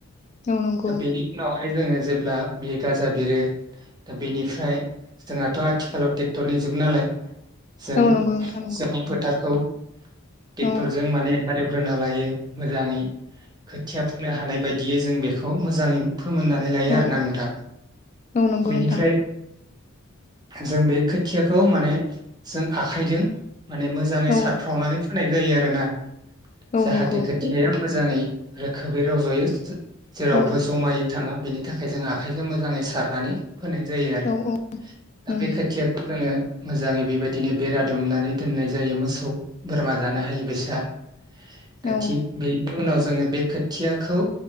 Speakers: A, on the left; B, on the right.
A: औ नंगौ।
B: दा बेनि उनावहाय जोङो जेब्ला बे गाजा बिरो दा बेनिफ्राय जोंहाथ' आथिखालाव ट्रेक्टरनि जुग नालाय जों
A: औ नंगौ नोंथां नंगौ
B: जोंनि फोथारखौ ट्रेक्टरजों
A: औ
B: माने हालेव ग्रोना लायो मोजाङै। खोथिया नो हानाय बायदियै जों बेखौ मोजाङै फोमोननानै लायो
A: औ
B: आरोना नोंथां
A: औ नंगौ
B: बेनिफ्राय
A: नोंथां
B: जों बे खोथियाखौ माने जों आखायजों माने मोजाङै
A: औ
B: सारफ्रावनानै होनाय जायो आरोना ।
A: औ
B: जाहाथे
A: नंगौ
B: खोथियाया मोजाङै रोखोमै रज'यो जेरावबो
A: औ
B: जमाय थाङा बेनि थाखाय जों आखाइखौ मोजाङै सारनानै फोननाय जायो आरो
A: औ औ
B: दा
A: उम
B: बे खोथियाखौ जोङो मोजाङै बेबायदिनो बेरा दुमनानै दोननाय जायो मोसौ बोरमा जानो हायो बैसाआ । दा
A: औ
B: थिग बे नि उनाव जोङो बे खोथियाखौ